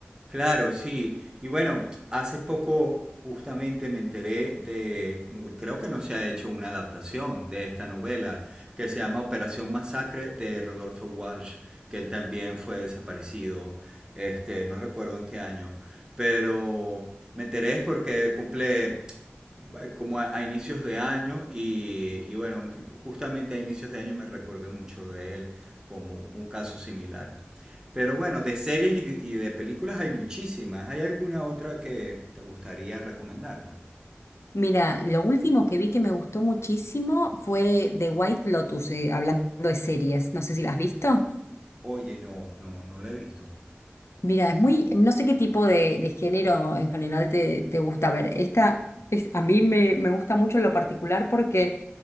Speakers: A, on the right; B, on the left.
A: Claro, sí. Y bueno, hace poco justamente me enteré de, creo que no se ha hecho una adaptación de esta novela que se llama Operación Masacre de Rodolfo Walsh, que él también fue desaparecido, este, no recuerdo en qué año, pero me enteré es porque cumple como a, a inicios de año y, y bueno, justamente a inicios de año me recordé mucho de él como un caso similar. Pero bueno, de series y de, y de películas hay muchísimas. ¿Hay alguna otra que te gustaría recomendarme?
B: Mira, lo último que vi que me gustó muchísimo fue The White Lotus, eh, hablando de series. No sé si las has visto.
A: Oye, no, no, no la he visto.
B: Mira, es muy, no sé qué tipo de, de género en general te, te gusta ver. Esta es, a mí me, me gusta mucho en lo particular porque